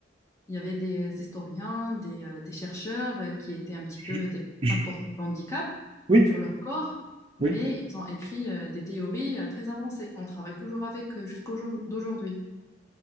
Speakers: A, on the left; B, on the right.
A: Il y avait des historiens, des, euh, des chercheurs euh, qui étaient un petit
B: je-
A: peu des personnes
B: je-
A: portant de handicap
B: oui,
A: sur leur corps, mais
B: oui.
A: ils ont écrit euh, des théories euh, très avancées. On travaille toujours avec euh, jusqu'au jour d'aujourd'hui.